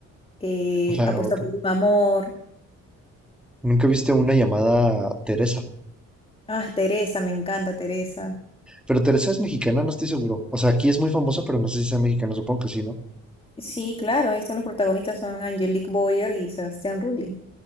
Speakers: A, on the left; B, in the centre.
A: eh,
B: <laughs>
A: Apuesta
B: la otra.
A: por un amor.
B: Nunca viste una llamada Teresa,
A: Ah, Teresa, me encanta Teresa.
B: pero Teresa es mexicana, no estoy seguro. O sea, aquí es muy famosa, pero no sé si sea mexicana, supongo que sí, ¿no?
A: Sí, claro, ahí son los protagonistas, son Angelique Boyer y Sebastián Rulli.